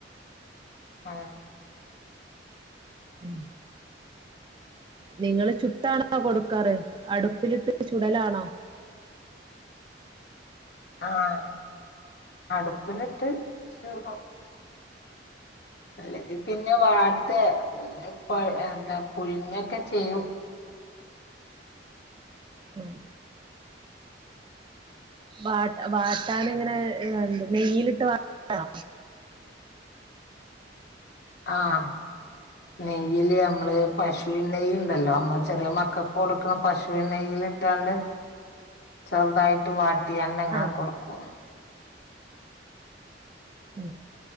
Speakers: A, on the left; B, on the right.
A: ആഹ്
B: ഉം <unintelligible> നിങ്ങള് ചുട്ടാണോ കൊടുക്കാറ് അടുപ്പിലിട്ട് ചുടലാണോ
A: ആഹ് അടുപ്പില്ട്ട് ചുടും അല്ലെങ്കി പിന്നെ വാട്ടെ അല്ലേ പ എന്താ പുഴുങ്ങൊക്കെ ചെയ്യും
B: ആഹ് വാ വാട്ടാന്ങ്ങനെ എന്ത നെയ്യിലിട്ട് വാട്ടീണോ
A: ആഹ് നെയ്യില് നമ്മള് പശുവിന് നെയ്യ്ണ്ടല്ലോ നമ്മള് ചെറിയ മക്കക്ക് കൊട്ക്ക്ണ പശുവിന് നെയ്യില് ക്കാണ്ട്
B: <inaudible>
A: ചെറ്തായിട്ട് വാട്ടിയാണ്ട് അങ്ങനെ
B: ആ
A: കൊടുക്കും
B: ഉം